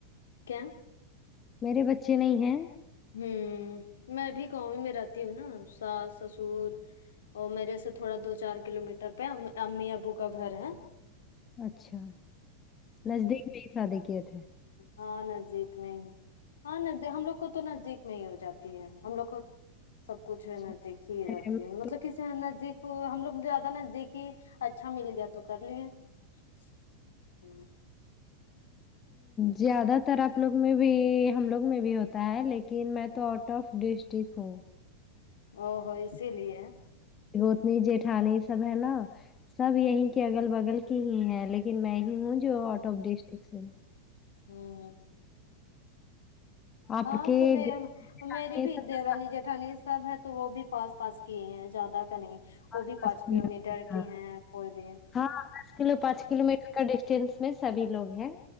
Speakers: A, on the left; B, on the left.
A: کیا
B: میرے بچے نہیں ہیں
A: ہوں میں بھی گاؤں ہی میں رہتی ہوں نا ساس سسر اور میرے سے تھوڑا دو چار کلو میٹر پہ امی ابو کا گھر ہے
B: اچھا نزدیک میں ہی شادی کیے تھے
A: ہاں نزدیک میں ہی ہاں ن ہم لوگ کو تو نزدیک میں ہی ہو جاتی ہے ہم لوگ کو سب کچھ
B: اچھا
A: نزدیک ہی رہتی
B: میں
A: ہے
B: تو
A: کسی نزدیک ہم لوگ زیادہ نزدیک ہی اچھا مل گیا تو کر لیے <inaudible>
B: زیادہ تر آپ لوگ میں بھی ہم لوگ میں بھی ہوتا ہے لیکن میں تو آؤٹ آف ڈیسٹک ہوں
A: او ہو اسی لیے
B: روتنی جیٹھانی سب ہے نا سب یہیں کے اگل بگل کی ہی ہیں لیکن میں ہی ہوں جو آؤٹ آف ڈیسٹک سے ہوں
A: ہوں ہ
B: آپ
A: ہاں
B: کے
A: تو میں
B: جیٹھانی
A: میری
B: یہ
A: بھی
B: سب
A: دیورانی جیٹھانی سب ہے تو وہ بھی پاس پاس کیے ہیں زیادہ کا نہیں
B: پاس
A: وہ بھی
B: پاس
A: پانچ کلو
B: میں ہیں؟
A: میٹر کی
B: ہاں
A: ہے وہ بھی
B: ہاں، دس کلو پانچ کلو میٹر کا ڈسٹینس میں سبھی لوگ ہیں